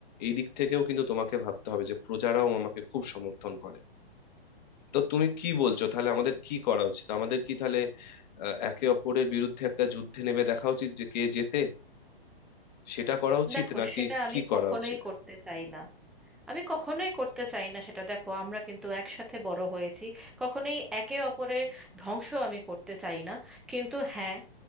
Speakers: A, on the left; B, in the centre.
A: এই দিক থেকেও কিন্তু তোমাকে ভাবতে হবে যে প্রজারাও আমাকে খুব সমর্থন করে তো তুমি কি বলছো তাহলে আমাদের কি করা উচিত আমাদের কি তাহলে আহ, একে অপরের বিরুদ্ধে একটা যুদ্ধে নেমে দেখা উচিত যে কে জেতে সেটা করা উচিত
B: দেখো
A: নাকি
B: সেটা আমি
A: কি করা
B: কখনোই
A: উচিত
B: করতে চাই না আমি কখনোই করতে চাই না সেটা দেখো আমরা কিন্তু একসাথে বড় হয়েছি কখনোই একে অপরের ধ্বংস আমি করতে চাই না কিন্তু হ্যাঁ